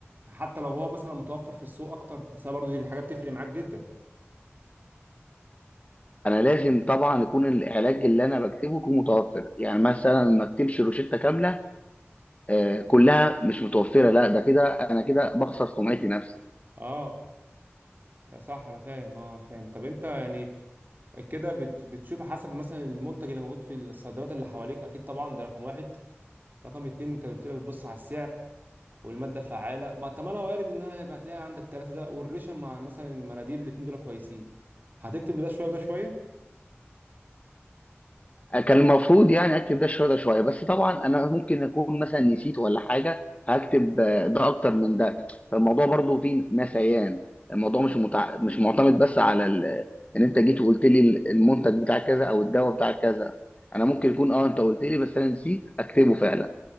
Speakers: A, on the right; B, on the left.
A: حتى لو هو مثلا متوفر في السوق اكتر اصل برضو دي حاجه بتفرق معاك جدا
B: انا لازم طبعا يكون العلاج اللي انا بكتبه يكون متوفر يعني مثلا ما اكتبش روشته كامله آه، كلها مش متوفره لا ده كده انا كده بخسر سمعتي نفسي
A: اه لا صح انا فاهم اه انا فاهم طب انت يعني كده بت بتشوف حسب مثلا المنتج اللي موجود في الصيدليات اللي حواليك اكيد طبعا ده رقم واحد رقم اتنين انت قلت لي بتبص على السعر والماده الفعاله ما طب انا وارد ان انا هيبقى هتلاقي عندك ثلاثه ده والريشه مع مثلا المناديب الاتنين دول كويسين هتكتب لده شويه وده شويه
B: كان المفروض يعني اكتب ده شويه ده شويه بس طبعا انا ممكن اكون مثلا نسيت ولا حاجه هكتب آه، ده اكتر من ده فالموضوع برضو فيه نسيان الموضوع مش متع... مش معتمد بس على ال... ان انت جيت وقلت لي ال- المنتج بتاع كذا او الدواء بتاع كذا انا ممكن يكون اه انت قلت لي بس انا نسيت اكتبه فعلا